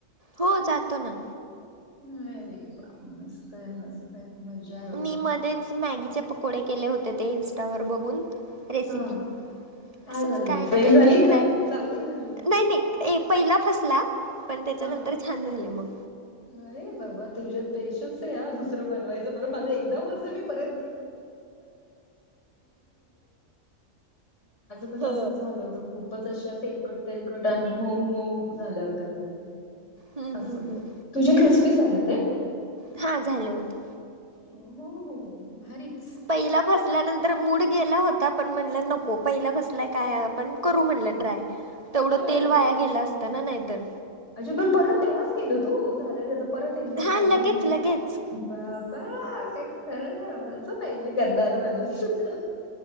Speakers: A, on the right; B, on the left.
A: हो जातो ना.
B: ह बा मस्त आहे मस्त त्यात मजा बाबा.
A: मी मध्येच मॅगीचे पकोडे केले होते ते इं्स्टावर बघून रेसिपी,
B: हां.
A: असंच
B: झाली
A: काय
B: मग फेल
A: ना काहीतरी
B: झाली का
A: ट्राय
B: चांगली झाली?
A: नाही नाही ए पहिला फसला, पण त्याच्यानंतर
B: हां.
A: छान झाले मग.
B: अरे बाबा तुझ्यात पेशस आहे या दुसरं बनवायचं बरं माझं एकदा ब <unintelligible> पण
A: हो
B: असंच झालं होत, खूपच अशा तेलकट, तेलकट, आणि मऊ, मऊ, झाल्या होत्या खूप
A: हम्म
B: असं,
A: हम्म हम्म
B: तुझी क्रिस्पी झाले होते?
A: हा झाले होते.
B: हो हो हो भरीच.
A: पहिला फसल्यानंतर मूड गेला होता पण म्हणलं नको पहिला फसलाय काय आपण करू म्हणलं ट्राय तेवढं
B: अरे
A: तेल वाया गेलं असतं ना नाहीतर.
B: अच्छा! पण परत तेव्हाच केलं तू झालेलं परत एकदा
A: हा
B: मॅगी
A: लगेच लगेच
B: बाबा काय खरं मा असं पाहिजे करणार माणुस्य <unintelligible> ह